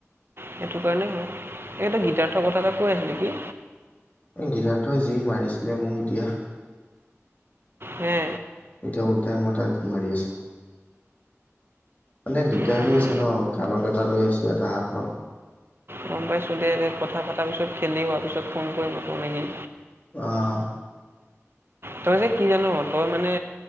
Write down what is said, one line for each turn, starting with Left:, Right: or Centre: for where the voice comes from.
Right: সেইটো কাৰণে হয়। এইটো গীতাৰ্থ হঠাৎ আকৌ আহিল নেকি?
Left: এই গীতাৰ্থই যি মাৰিছিলে মোক এতিয়া।
Right: হে?
Left: এতিয়া ওল্টাই মই তাক মাৰি আছো। মানে দিগদাৰ
Right: না
Left: হৈ
Right: না
Left: আছে ন কাণত এটা লৈ আছো এটা হাতত।
Right: গম পাইছোঁ দে দে কথা পতাৰ পিছত খেলি হোৱাৰ পিছত ফোন কৰিম আকৌ নেকি?
Left: আহ
Right: তই যে কি জান' তই মানে